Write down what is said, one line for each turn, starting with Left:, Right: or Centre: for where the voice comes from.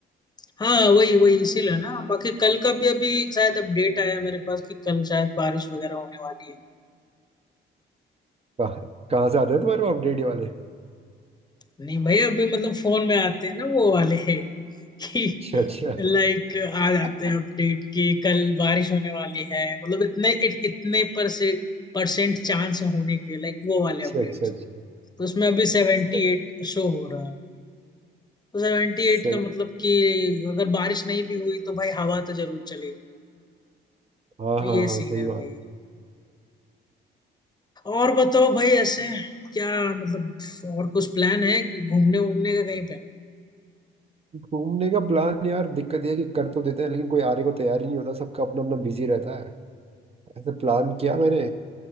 Left: हाँ वही वही इसीलिए ना बाकी कल का भी अभी शायद अपडेट आया मेरे पास कि कल शायद बारिश वगैरह होने वाली है
Right: कहाँ कहाँ से आते हैं तुम्हारे अपडेट वाले
Left: नहीं भाई अभी मतलब फोन में आते हैं ना वो वाले <laughs> कि
Right: अच्छा अच्छा
Left: लाइक आज आते
Right: <laughs>
Left: हैं अपडेट कि कल बारिश होने वाली है मतलब इतने इत, इतने पर से परसेंट चांस है होने के लाइक वो वाले
Right: अच्छा
Left: अपडेट
Right: अच्छा अच्छा
Left: तो उसमें अभी सेवेंटी
Right: सही
Left: एट शो हो रहा है तो सेवेंटी
Right: सही।
Left: एट का मतलब कि अगर बारिश नहीं भी हुई तो भाई हवा तो जरूर चलेगी
Right: हाँ
Left: तो ये
Right: हाँ हाँ
Left: सीन
Right: सही
Left: है
Right: बात
Left: भाई और बताओ भाई ऐसे क्या मतलब और कुछ प्लान है कि घूमने वूमने का कहीं
Right: घूमने का प्लान यार दिक्कत ये है कि कर तो देते हैं लेकिन कोई आने को तैयार ही नहीं होता सबका अपना अपना बिजी रहता है ऐसे प्लान किया मैंने